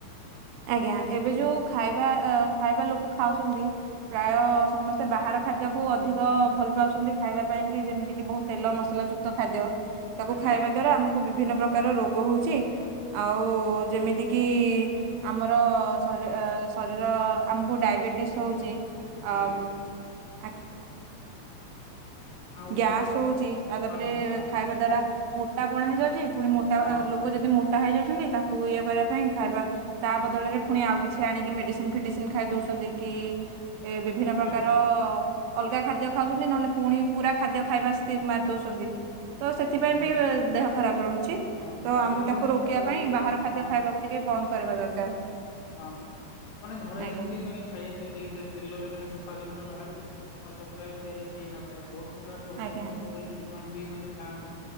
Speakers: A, on the right; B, on the left.
A: ଆଜ୍ଞା। ଏବେ ଯୋଉ ଖାଇବା ଅ ଖାଇବା ଲୋକ ଖାଉଛନ୍ତି ପ୍ରାୟ ସମସ୍ତେ ବା ବାହାର ଖାଦ୍ୟକୁ ଅଧିକ ଭଲ ପାଉଛନ୍ତି ଖାଇବା ପାଇଁ କି, ଯେମିତି କିି ବହୁତ ତେଲ ମସଲା ଯୁକ୍ତ ଖାଦ୍ୟ। ତାକୁ
B: ଆଜ୍ଞା
A: ଖାଇବା
B: ଆଜ୍ଞା
A: ଦ୍ଵାରା ଆମକୁ ବିଭିନ୍ନ ପ୍ରକାର ରୋ ଗ ହଉଚି ଆଉ ଯେମିତି କିି ଆମର ଶରୀ ଶରୀର ଆମକୁ ଡାଇବେଟିସ୍ ହଉଚି। ଆ
B: ଆଜ୍ଞା
A: ଆକ
B: ଆଉ
A: ଗ୍ୟାସ
B: ମାନେ କହ
A: ହଉଚି, ଆଉ ତାପରେ
B: ହଁ ହଁ
A: ଖାଇବା ଦ୍ଵାରା ମୋଟାପଣ ହେଇଯାଉଚି। ପୁଣି ମୋଟା
B: ହଁ
A: ଲୋକ ଯଦି
B: ମାନେ
A: ମୋଟା ହେଇଯାଉଛନ୍ତି, ତା କୁ ଇଏ କରିବା ପାଇଁ ଖାଇବା, ତା ବଦଳରେ ପୁଣି ଆଉ କିଛି ଆଣିକି ମେଡିସିନ ଫେଡିସିନ ଖାଇ ଦଉଛନ୍ତି କି ଏ ବିଭିନ୍ନ ପ୍ରକାର
B: ଆଜ୍ଞା
A: ଅଲଗା ଖାଦ୍ୟ ଖାଉଛନ୍ତି ନହେଲେ ପୁଣି ପୁରା ଖାଦ୍ୟ ଖାଇବା ସ୍ଥି ମାରି ଦଉଛନ୍ତି। ତ ସେଥିପାଇଁ
B: ଆଜ୍ଞା
A: ବି ଦେହ ଖରାପ ରହୁଛି
B: ହଁ
A: ତ
B: ବାହାରେ
A: ଆମକୁ
B: ବି
A: ତାକୁ
B: ମାନେ
A: ରୋକିବା
B: କହିବାକୁ
A: ପାଇଁ
B: ଗଲେ
A: ବାହାର ଖାଦ୍ୟ
B: ହଁ
A: ଖାଇବାକୁ ଟିକେ ବ ଅମ୍ କରିବା ଦରକାର।
B: ହଁ ମାନେ ଘରେ
A: ଆଜ୍ଞା
B: ଯେମିତି ମାନେ ଖାଇବା ତିଆରି ହେଇଥାଏ ତେଲରେ ମାନେ ସ ଫାସୁତୁରା ବାହାରେକି ସେ ସଫାସତୁରା ତିଆରି ହେଇନଥାଏ ବହୁତ ପ୍ରକାରର ଉପମାନ।
A: ଆଜ୍ଞା
B: <unintelligible> <unintelligible> ମାନେ ଥାଆନ୍ତି